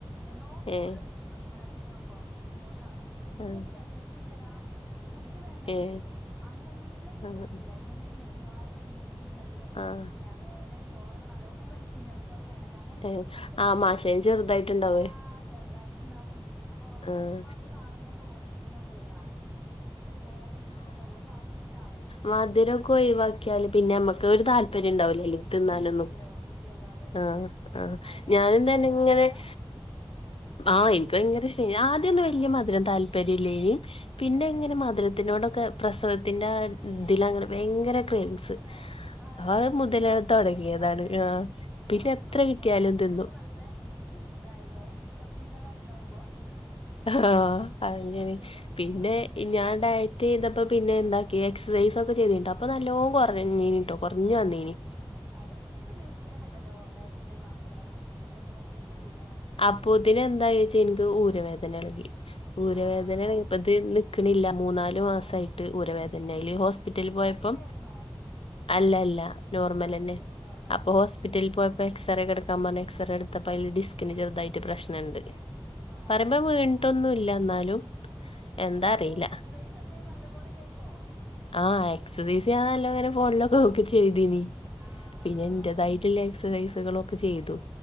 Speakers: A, in the centre; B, on the left (about 75°).
A: എന്നോ പോവല്
B: ഏഹ്
A: തുടങ്ങിയിട്ട് പക്ഷേ ഇവിടെ അടുത്ത അവള് കുറഞ്ഞത് ഓള് കറക്റ്റായിട്ട് ഇപ്പോ
B: ആഹ്
A: അവൾക്ക് വിശപ്പില്ലേടാ- ഫുഡ് വേണ്ട കുട്ടിക്ക്
B: ഏഹ്
A: അങ്ങനൊന്നും ഫുഡ്
B: ആഹ്
A: കഴിക്കൂല്ല എന്തെങ്കിലും ലഘുവായിട്ട് എന്തെങ്കിലും വെള്ളോ-
B: ആഹ..
A: പിന്നെ അത് വരെ ചോറൊക്കെ നല്ലോം കഴിച്ചന് ഇപ്പോ വേണ്ട. കാരണം
B: ഏഹ്
A: നമ്മള്
B: ആഹ്
A: ഓരോ
B: മാഷേ ചെറുതായിട്ടുണ്ടാവേ
A: ആഹാ ചെറുതായിട്ടുണ്ടാവും. അപ്പോ അവള്
B: ആഹ്
A: പറയും ഇപ്പോ അത് കാണുമ്പോക്കെ വോമിറ്റിംഗ് ഒക്കെ വരുവന്ന്. ഫുഡ് ഓവർ ഫുഡ് ഒക്കെ അല്ലെ ഫാസ്റ്റ് ഫുഡിന്റെ ആളനി.
B: മധുരം- ഒഴിവാക്കിയാല് പിന്നെ നമ്മുക്ക് ഒരു താല്പര്യം ഉണ്ടാവില്ലോ. തിന്നാൻ
A: ഇല്ലല്ലോ
B: ഒന്നും
A: ഇല്ലല്ലോ അതന്നെ
B: ആഹ
A: ഈ പലഹാരങ്ങളൊക്കെ
B: ആ ഞാന്‌
A: പലഹാരൊക്കെ
B: തന്നെ ഇങ്ങനെ-
A: നല്ല ഇഷ്ടാ
B: ആഹ് എനിക്ക് ഭയങ്കര ഇഷ്നി ആദ്യമൊന്നും
A: ആഹ്
B: വലിയ മധുരം താല്പര്യമില്ലനും പിന്നെ
A: ഏഹ്
B: എങ്ങനെ മധു- മധുരത്തിനോടൊക്കെ പ്രസവത്തിന്റെ ഇതില് അങ്ങനെ ഭയങ്കര- ക്രാവിങ്സ്
A: ഏഹ് ആഹ്
B: ആ
A: പിന്നെ
B: മുതല
A: അങ്ങനായിട്ട്
B: തുടങ്ങിയതാണ്
A: ശീലായി ഉണ്ടാവൂലേ
B: ആ
A: ആ,
B: പിന്നെ- എത്ര
A: അത്
B: കിട്ടിയാലും
A: മുതലാക്കിട്ട്
B: തിന്നും
A: ഇപ്പോ നല്ല ഇതായല്ലോ ചപ്പിഗേളായി ഉണ്ടാവും ഇപ്പൊ
B: ആഹ അത് തന്നെയാണ്
A: അതെ
B: പിന്നെ
A: അതന്നെ
B: ഈ ഞാൻ- ഡയറ്റ് ചെയ്തപ്പോ പിന്നെ എന്താക്കി എക്സസൈസ് ഒക്കെ ചെയ്തിട്ടോ അപ്പോ നല്ലോ കുറഞ്ഞിട്ടോ- കുറഞ്ഞുവന്നിനി
A: ആഹ്
B: -
A: അതെ ഇപ്പോ യൂടൂബിലോക്കെ ഉണ്ടല്ലോ ഡയറ്റിന്റെ ക്ലാസുകളൊക്കെ അതൊക്കെ നോക്കി ഇങ്ങനെ ചെയ്താ മതി. ഇപ്പ
B: അപ്പോതിന്
A: ദിവസം
B: എന്തായി വച്ചാ എനിക്ക് ഊരവേദന ഇളകി ഊരവേദനാണിപ്പോ
A: ആഹ്
B: <unintelligible> കിണില്ല മൂന്നാല് മാസമായിട്ട്
A: ആഹ്
B: ഊരവേദനയാ അയിൽ ഹോസ്- ഹോസ്പിറ്റലിൽ
A: സിസേറിയൻ
B: പോയപ്പോ
A: ആയിരുന്നോ
B: അല്ല അല്ല നോർമൽ
A: ആഹ്
B: തന്നെ
A: ഡെലിവ നോർമൽ
B: അപ്പോ
A: തന്നെ
B: ഹോസ്പിറ്റലിൽ
A: ആഹ്
B: പോയപ്പോ- അപ്പൊ എക്സറെ ഒക്കെ എടുക്കാൻ പറഞ്ഞ് എക്സറെ എടുത്തപ്പോ അതില് ഡിസ്കിന് ചെറിതായിട്ട് പ്രശ്നുണ്ട്.
A: ആഹ്
B: പറയുമ്പോ വീണിട്ട് ഒന്നുല്ല എന്നാലും-
A: അപ്പോ
B: എന്താ
A: നല്ല
B: അറിയില്ല.
A: എക്സസൈസ് എന്തേ നല്ലപോലെ ചെയ്തോ?
B: ആഹ എക്സസൈസ് നല്ലോ ഇങ്ങനെ ഫോണിലൊക്കെ നോക്കി ചെയ്തിനി
A: ആഹ്
B: പിന്നെ എന്റേതായി- യിട്ടുള്ള എക്സസൈസുകളൊക്കെ ചെയ്തു.